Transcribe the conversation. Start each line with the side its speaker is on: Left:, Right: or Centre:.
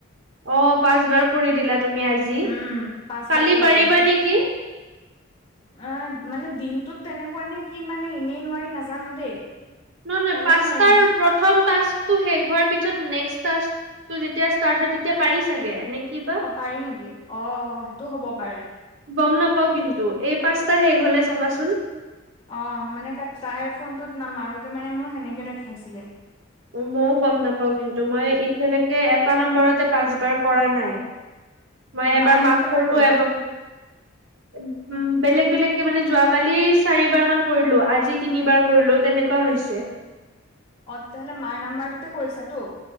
Right: অ পাঁচবাৰ কৰি দিলা তুমি আজি
Left: উম পাঁচবাৰ
Right: কালি
Left: হৈ
Right: পাৰিবা
Left: গ'ল
Right: নেকি।
Left: অ মানে দিনটোত তেনেকুৱা নে কি মানে এনেই মই নাজানো দেই।
Right: নহ নহয়
Left: কাইলৈ
Right: পাঁচাৰ
Left: মাৰিমছ
Right: প্ৰথম টাস্কটো শেষ হোৱাৰ পিছত নেক্স টাস্ক, তো যেতিয়া ষ্টাৰ্ট হয় তেতিয়া পাৰি চাগে নে কি বা,
Left: অ পাৰি নেকি অ অ সেইটো হ'ব পাৰে।
Right: গম নাপাও কিন্তু এই পাঁচটা শেষ হলে চাবাচোন।
Left: অ মানে তাইৰ ফোনটোত নামাৰোতে মানে মোৰ সেনেকে দেখাইছিলে।
Right: মইও গম নাপাও কিন্তু মই এতিয়ালৈকে এটা নম্বৰতে পাঁচ বাৰ কৰা নাই। মই এবাৰ
Left: মাৰটোত
Right: মাফ
Left: কেইবাৰ
Right: কৰো
Left: কৰিলা
Right: এব উ বেলেগ বেলেগকে মানে যোৱা কালি চাৰিবাৰ মান কৰিলো আজি তিনিবাৰ, কৰিলো তেনেকুৱা হৈছে।
Left: অ তেতিয়াহ'লে মাৰ নাম্বাৰটোতে কৰিছাটো।